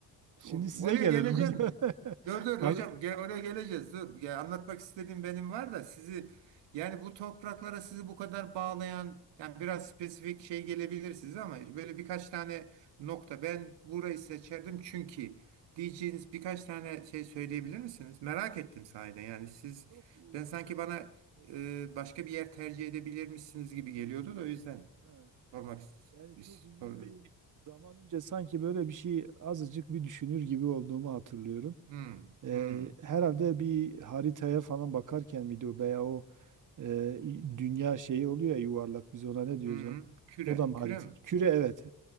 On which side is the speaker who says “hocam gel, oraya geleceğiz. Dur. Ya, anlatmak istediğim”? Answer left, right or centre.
Right